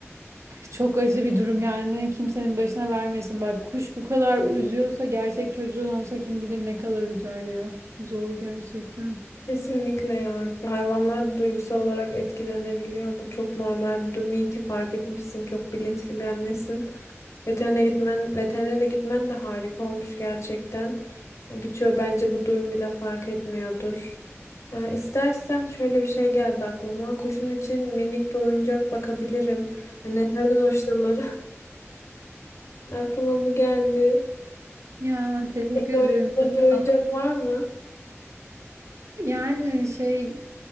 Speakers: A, on the right; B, on the left.
A: çok acı bir durum yani kimsenin başına vermesin. Bak kuş bu kadar üzüyorsa gerçek çocuğun olsa kim bilir ne kadar üzer ya. Zor gerçekten.
B: Kesinlikle ya. Hayvanlar duygusal olarak etkilenebiliyor. Bu çok normal bir durum. İyi ki fark etmişsin. Çok bilinçli bir annesin. Veterine gitmen, veterinere de gitmen de harika olmuş gerçekten. Birçoğu bence bu durum bile fark etmiyordur. Ya istersen şöyle bir şey geldi aklıma. Kuşun için minik bir oyuncak bakabilirim. Ya Nelerden hoşlanır? <laughs> Aklıma bu geldi.
A: Ya teşekkür
B: Peki
A: ederim.
B: oynadığı
A: Çok
B: bir oyuncak
A: tatlı.
B: var mı?
A: Yani şey